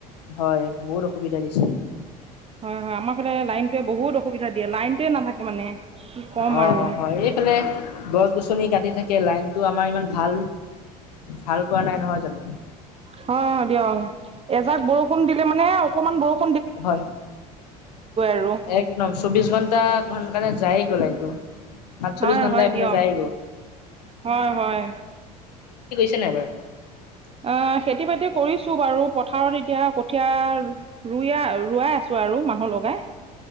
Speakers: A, on the left (about 80°); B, on the right (about 30°).
A: হয়, বহুত অসুবিধা দিছে।
B: হয়, হয়, আমাৰ ফালে লাইনটোৱে বহুত অসুবিধা দিয়ে, লাইনটোৱে নাথাকে মানে। কি ক'ম
A: অ
B: আৰু
A: হয়, এইফালে গছ-গছনি কাটি থাকে লাইন টো আমাৰ ইমান ভাল, ভাল কৰা নাই নহয় জানো?
B: হয়, হয় দিয়ক, এজাক বৰষুণ দিলে মানে অকণমান বৰষ
A: হয়,
B: আৰু
A: একদম চৌবিশ ঘন্টা <unintelligible> যায় গ'ল এইটো। আঠচল্লিশ
B: হয়
A: ঘণ্টা
B: হয়
A: এইফালে
B: দিয়ক
A: যায়গ'।
B: হয়, হয়।
A: <inaudible>
B: আ খেতি-বাতি কৰিছো বাৰু পথাৰত এতিয়া কঠীয়া ৰুইয়া-ৰোৱাই আছো। আৰু মানুহ লগাই,